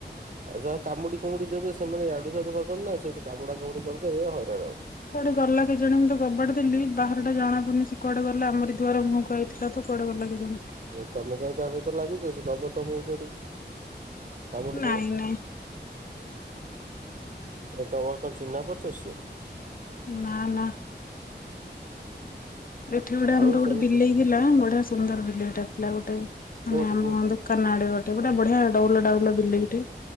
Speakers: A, on the right; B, on the left.
A: ଆଉ ଯାହା କାମୁଡ଼ି କୁମୁଡ଼ି ଦେବେ ସେମାନେ ଇଆଡ଼ୁ ସିଆଡ଼ୁ ଖାଉଛନ୍ତି ନା ସେଠୁ କାମୁଡ଼ା କାମୁଡି କରିଦବେ ହଇରାଣ ହବ।
B: କୁଆଡ଼େ ଗଲା କେଜାଣି ମୁଁ ତ କବାଟ ଦେଲିି ବାହାରଟା ଜଣା ପଡୁନି ସେ କୁଆଡ଼େ ଗଲା ଆମରି ଦୂଆର ମୁହଁକୁ ଆଇଥିଲା। ଥିଲା ତ କୁଆଡ଼େ ଗଲା କେଜାଣି?
A: ତମେ କାଇହିଁ ତା ସହିତ ଲାଗୁଚ ସେ ଦବ ତମକୁ ସେଠକୁ କାମୁଡ଼ି
B: ନାଇଁ
A: ଦବ।
B: ନାଇଁ
A: ଏ ତମର କଣ ଚିହ୍ନା ପରିଚ ସେ।
B: ନା ନା। ଏଠି ଗୋଟେ ଆମର
A: ଆଉ
B: ଗୋଟେ
A: ସବୁ
B: ବିଲେଇ ଥିଲା ବଢିଆ ସୁନ୍ଦର ବିଲେଇଟା ଥିଲା ଗୋଟେ ମାନେ
A: କୋଉଠି
B: ଆମ
A: କୋଉଠି
B: ଦୋକାନା ଆଡ଼େ ଗୋଟେ ପୁରା ବଢିଆ ଡୋଉଲ ଡାଉଲ ବିଲେଇଟେ